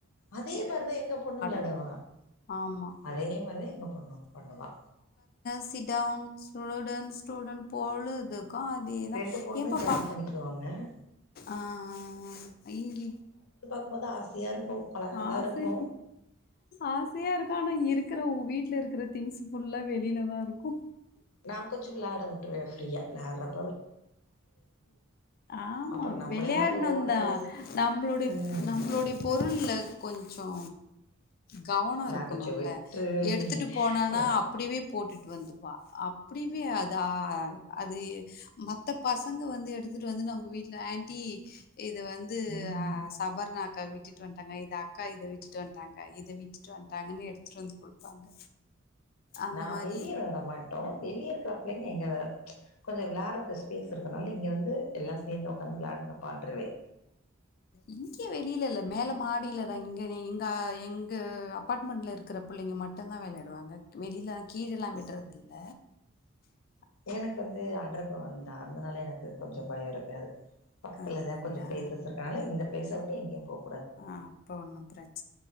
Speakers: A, on the left; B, on the left.
A: அதே மாதிரிதான் எங்க பொண்ணு விளையாடுவ
B: எடு ஆமாம்
A: அதே மாதிரி எங்க பொண்ணு பண்ணுவா
B: ஸ்டவுன் ஸ்டூடென் ஸ்டூடண்ட் போல இது ஓகே அதுதான்
A: ரெண்டு பொண்ணு
B: ஏன் பாப்பா
A: ஜாயின் பண்ணிக்கிடுவாங்க
B: ஆஹ் இங்க
A: பாக்க ஆசையா இருக்கு அழகாதா
B: ஆசை
A: இருக்கு
B: ஆசையா இருக்க ஆனா இங்க இருக் இருக்குற உங்க வீட்ல இருக்கிற திங்ஸ் புல்லா வெளிலதா இருக்கு
A: நா கொஞ்சோ விளாட விட்ருவே ஃப்ரியா வெளயாடுற
B: ஆமா
A: அப்புறோ நம்மள
B: வெளயாடணு
A: மாரி ஓடுற
B: தா
A: வயசு
B: நம்மளுடைய
A: ம்
B: நம்மளுடைய பொருள்ள கொஞ்சோ கவனோ
A: நா
B: இருக்கணுல
A: கொஞ்சோ விட்ருவே
B: எடுத்துட்டு போனானா
A: ஓ
B: அப்டியவே போட்டுட்டு வந்துரு ஆமா அப்டியவே அதா அது மாக் அந்த பசங்க வந்து எடுத்துட்டு வந்து நம்ம வீட்ல ஆன்டி இது வந்து
A: ம்
B: ஆ சபர்னா அக்கா விட்டுட்டு வட்டாங்க இத அக்கா இத விட்டுட்டு வந்துட்டாங்க இத விட்டுட்டு வந்தாங்கன்னு எடுத்துட்டு வந்து குடுப்பாங்க அந்த
A: நா
B: மாரி
A: வெளியே விளாட மாட்டோ வெளியே இருக்குற பிள்ளைங்க எங்க கொஞ்சோ வெளாடுறத்து ஸ்பேஸ் இருக்கனால இங்க வந்து எல்லா சேந்து ஒட்காந்து வெளயாடுங்கப்பான்றுவே
B: இங்க வெளியில இல்ல மேல மாடியிலதா இங்க எங்க எங்க அப்பாட்மெண்ட்ல இருக்குற புள்ளைங்க மட்டுந்தா வெளயாடுவாங்க வெளியில கீழல்லா விட்றது இல்ல அ
A: எனக்கு வந்து அன்டர்க்கிரவுண்டுதா அதனால எனக்கு கொஞ்சோ பயோ இருக்காது பக்கத்துலதா
B: அப்படிங்களா
A: கொஞ்சோ பிளேசஸ் இருக்கனால இந்த பிளேஸ எங்கே போக
B: ஆ அப்ப ஒன்னு பிரச்